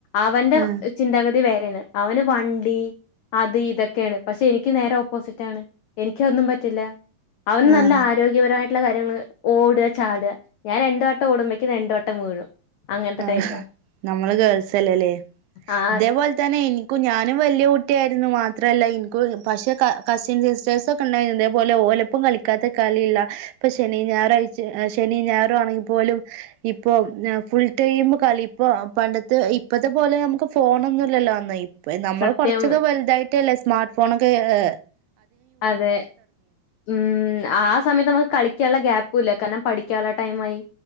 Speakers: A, on the left (about 85°); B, on the right (about 80°).
A: അവന്റെ
B: ആഹ്
A: ചിന്താഗ വേറേണ് അവന് വണ്ടി അത് ഇതൊക്കെയാണ് പക്ഷെ എനിക്ക് നേരെ ഓപ്പോസിറ്റ് ആണ് എനിക്കതന്നും പറ്റില്ല അവൻ
B: ആഹ്
A: നല്ല ആരോഗ്യപരമായി <unintelligible> കാര്യങ്ങൾ ഓടുക ചാടുക ഞാൻ രണ്ട് വട്ടം ഓടുമ്പോക്കും രണ്ടുവട്ടം വീഴും അങ്ങനത്തെ
B: ആ
A: ടൈപ്പാ.
B: നമ്മള് ഗേൾസ് <unintelligible>
A: ആ
B: ഇതേ പോലെ തന്നെ എനി ക്കും ഞാനും വലിയ കുട്ടിയായിരുന്നു മാത്രല്ല എനിക്ക് പക്ഷെ കസിൻ സിസ്റ്റേഴ്സ് ഒക്കെ ഉണ്ടായിരുന്നു ഇതേപോലെ ഓലപ്പം കളിക്കാത്ത കളിയില്ല ഇപ്പൊ ശനി ഞായറും അഴ ശനി ഞായറു ആണെങ്കിൽ പോലും ഇപ്പൊ ഫുൾ <unintelligible> കളി ഇപ്പ പണ്ടത്തെ ഇപ്പത്തെ പോലെ നമുക്ക് ഫോണൊന്നും ഇല്ലല്ലോ അന്ന് നമ്മൾ
A: സത്യം
B: കുറച്ചൊക്കെ വലുതായിട്ടല്ലേ സ്മാർട്ട് ഫോൺ ഒക്കെ ഏ
A: അതെ ഉം ആ സമയത്ത് നമുക്ക് കളിക്കാനുള്ള ഗ്യാപ്പ് <unintelligible> കാരണം പഠിക്കുള്ള ടൈമായി